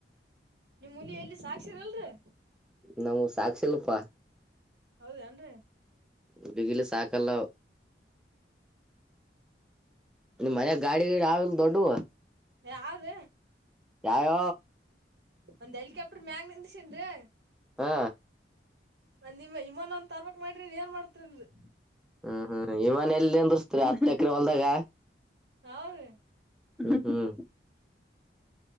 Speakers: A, on the right; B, in the centre.
A: ನಿಮ್ಮ್ ಹುಲಿ ಎಲ್ಲಿ ಸಾಕ್ಷಿರಲ್ರರಿ
B: ನಮ್ ಸಾಕ್ ಶಲ್ಪ
A: ಹೌದನ್ರಿ
B: ಉಡುಗಿಲ್ಲ ಸಾಕಲ್ಲ ಮರ ಗಾಡಿ ಗಡಿ ಆಲು ದೊಡ್ಡು
A: ಯಾವದ
B: ಯಾಯ
A: ಒಂದ್ ಹೆಲಿಕಾಪ್ಟರ್ ಮ್ಯಾಗ ನಿಂದಸನ್ ರೇ
B: ಹಾ
A: ನಿಮ್ಮ ಇಮಾನ ಒಂದ ತರ್ಬಕ್ ಮಾಡ್ರಿ ನೀನ್ ಏನ್ ಮಾಡ್ತರಿಲ್ರಿ
B: ಹ್ಮ್ ಹ್ಮ್ ಇಮನ ಎಲ್ಲಿ ಅಂದರ್ಸ್ತರಿ ಹತ್ ಎಕರೆ ಹೊಲ್ದಾಗ
A: ಹೌದ
B: ಹ್ಮ ಹ್ಮ್